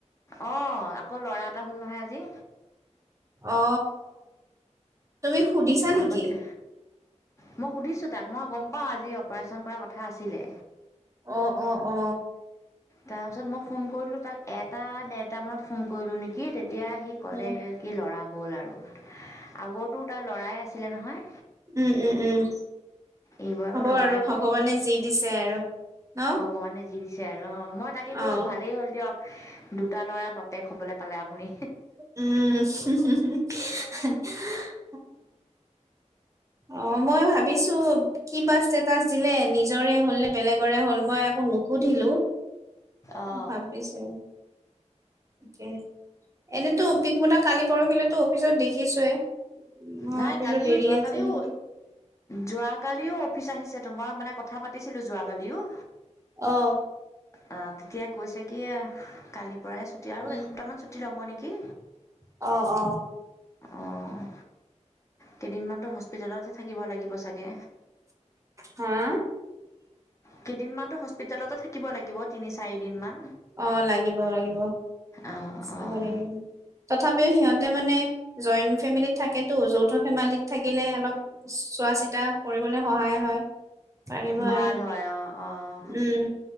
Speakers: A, on the left (about 25°); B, on the right (about 25°).
A: অঁ, আকৌ ল'ৰা এটা হল নহয় আজি।
B: অ, তুমি সুধিছা নেকি?
A: আগতে মই সুধিছোঁ তাক, মই গম পাওঁ আজি অপাৰেচন কৰাৰ কথা আছিলে।
B: অ অ অ।
A: তাৰপাছত মই ফোন কৰিলোঁ তাক, এটা ডেৰটামানত ফোন কৰিলোঁ নেকি তেতিয়া সি ক'লে।
B: উম
A: কি ল'ৰা হ'ল আৰু আগৰতো তাই ল'ৰাই আছিলে নহয়।
B: উম, উম, উম
A: এইবাৰো
B: হ'ব
A: ল'ৰাই
B: আৰু
A: পালে
B: ভগৱানে যি দিছে আৰু ন।
A: ভগৱানে যি দিছে আৰু অঁ, মই তাকে
B: অ',
A: কৈছো ভালেই হ'ল দিয়ক। দুটা ল'ৰা বাপেক হবলৈ পালে আপুনি।
B: <inaudible> অঁ, মই ভাবিছো কিবা ষ্টেটাচ দিলে, নিজৰে হ'ল নে বেলেগৰে হল মই একো নুসুধিলো।
A: অঁ
B: ভাবিছো। তাকে, এনেতো পিংকু দা কালি পৰহিলৈ তো অফিচত দেখিছোয়ে। মই
A: নাই
B: ভাবিলো
A: কালিও
B: দেৰি
A: যোৱাকালিও
B: আছে নেকি
A: যোৱাকালিও অফিচ আহিছে তোমাৰ মানে কথা পাতিছিলো যোৱাকালিও।
B: অঁ।
A: অঁ তেতিয়াই কৈছে কি কালিৰ পৰাহে ছুটি আৰু
B: উম।
A: এসপ্তাহ মান ছুটি ল'ব নেকি?
B: অ অ।
A: অঁ কেইদিনমানতো হস্পিতেলতে থাকিব লাগিব চাগে?
B: হা?
A: কেইদিনমানতো হস্পিতেলতে থাকিব লাগিব। তিনি চাৰিদিনমান
B: অঁ, লাগিব লাগিব
A: অঁ
B: চাব
A: অঁ
B: লাগিব। তথাপিও সিহঁতে মানে জইণ্ট ফেমিলি থাকেতো, যৌথ ফেমিলিত থাকিলে অলপ চোৱা চিতা কৰিবলৈ সহায় হয়। পাৰিব আৰু,
A: ভাল হয় অঁ অঁ
B: উম